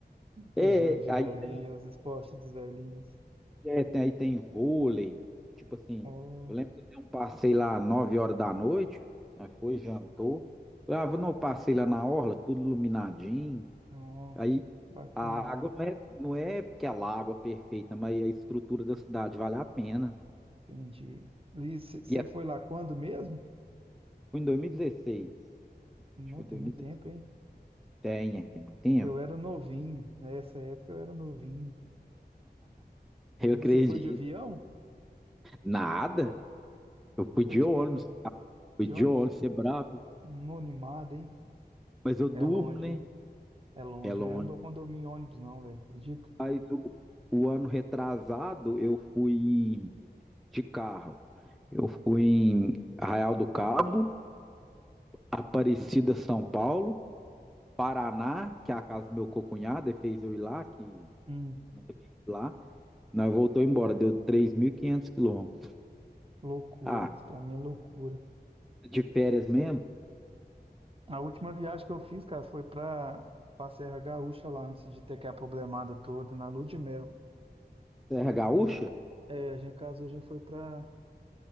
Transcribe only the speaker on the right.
os jogos de
velhinho,
os esportes dos velhinhos.
Oh,
oh,
bacana,
entendi. Liz, você
foi lá quando mesmo?
Não,
tem
muito tempo, hein?
Eu era novinho, nessa época eu era novinho.
Você foi de avião?
Foi de
quê?
De
ônibus?
Não, animado, hein?
É longe,
É longe.
Eu não dou condomínio em ônibus, não, velho. Acredita?
Hum,
loucura.
Isso pra mim é loucura.
A última viagem que eu fiz, cara, foi pra, pra Serra Gaúcha lá, antes de ter aquela problemada toda, na lua de mel.
A gente, é, a gente casou, a gente foi pra,